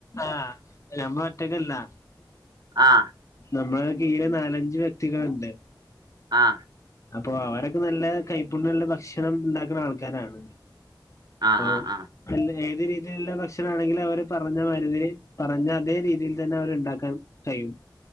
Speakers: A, on the left; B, on the right.
A: ആഹ ഞൻ പോ പറ്റക്കല്ല
B: ആഹ
A: നമ്മള കീയില നാലഞ്ച് വ്യക്തികളുണ്ട്
B: ആഹ്
A: അപ്പൊ അവരൊക്കെ നല്ല കൈപ്പുണ്ണിയള്ള നല്ല ഭക്ഷണം ഉണ്ടാക്കുന്ന ആൾക്കാരാണ്
B: ആഹ
A: അപ്പൊ
B: ആഹ് ആഹ
A: അല്ല ഏത് രീതിയിലുള്ള ഭക്ഷണ ആണെങ്കിലും അവര് പറഞ്ഞ മരുതിര് പറഞ്ഞ അതേ രീതിയിൽ തന്നെ അവര്ണ്ടാക്കാം ചെയും